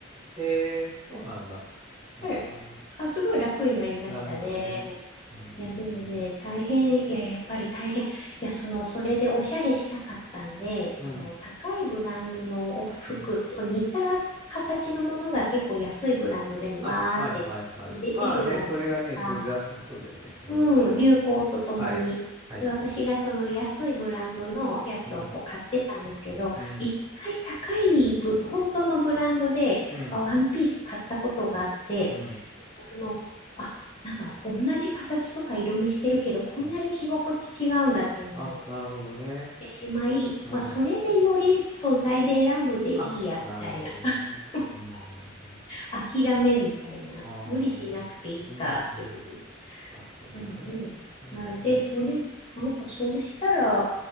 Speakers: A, on the right; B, on the left.
A: へえ、そうなんだ。うーん、
B: な。はい。あ、すごい楽になりましたね。
A: なるほどね。うん、
B: いや、でもね、大変、いや、やっぱり大変。いや、その、それでおしゃれしたかったんで、その、
A: うん、
B: 高いブランドのお服と似た形のものが結構安いブランドでもわーってで出るじゃないですか。
A: うん。あ、はい、はい、はい。まあね、それがね、ここで出すの、そうだよね。うん。
B: うん、流行とともに。
A: はい、はい。
B: で、私がその安いブランドのやつをこう買ってたんですけど、
A: うん、うん、
B: 一回高いブ、本当のブランドで、
A: うん、
B: あワンピース買ったことがあって、
A: うん、
B: その、あ、なんか同じ形とか色味してるけど、こんなに着心地違うんだっていうのを
A: うん。あ、なるほどね。
B: 言ってしまい、
A: うん。
B: まあ、それでより素材で選ぶでいいや、
A: あ、なるほどね。
B: みたいな。<laughs>
A: うん、うん、うん。うん
B: 諦めみたいな。
A: ああ、
B: 無理しなくていいかっていう。
A: うん、うん。なるほどね。
B: からもう、
A: うん
B: な、で、それ、なんかそうしたら